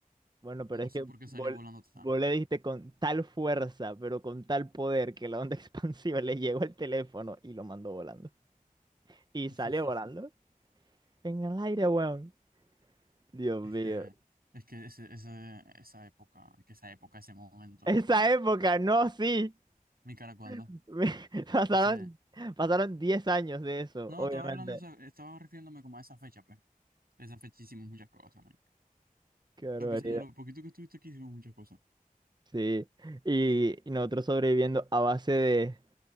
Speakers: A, on the right; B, on the right.
A: bueno, pero
B: no
A: es
B: sé
A: que
B: por qué
A: vol-
B: salió volando tanto.
A: vos le diste con tal fuerza, pero con tal poder que la onda <laughs> expansiva le llegó al teléfono y lo mandó volando. Y
B: <laughs>
A: salió volando en el aire, weón. Dios
B: Es
A: mío.
B: que, es que ese, ese- esa época, es que esa época, ese momento,
A: Esa época, no, sí.
B: mi cara cuando,
A: <laughs> Pasaron,
B: ese,
A: pasaron 10 años de eso,
B: no,
A: obviamente.
B: estaba hablando, o sea, estaba refiriéndome como a esa fecha, pues, esa fecha hicimos muchas cosas, man.
A: Qué barbaridad.
B: A pesar de lo poquito que estuviste aquí, hicimos muchas cosas.
A: Sí. Y, y nosotros sobreviviendo a base de